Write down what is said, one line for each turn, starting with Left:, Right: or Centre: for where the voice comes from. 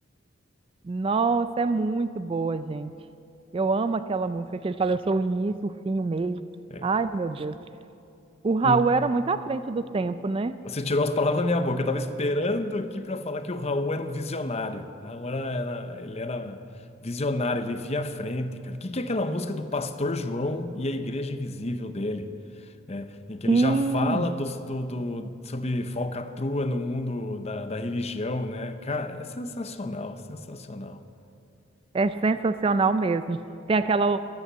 Right: Nossa, é muito boa, gente. Eu amo aquela música que ele fala, eu sou o início, o fim, o meio.
Left: É.
Right: Ai, meu Deus. O Raul
Left: O-
Right: era muito à frente do tempo, né?
Left: Você tirou as palavras da minha boca. Eu tava esperando aqui para falar que o Raul era um visionário. O Raul era, era- ele era visionário, ele via a frente, cara. O que que é aquela música do Pastor João e a Igreja Invisível dele? né, em que
Right: Sim,
Left: ele já fala dos- do, do- sobre falcatrua no mundo da, da religião, né? Cara, é sensacional, sensacional.
Right: é sensacional mesmo. Tem aquela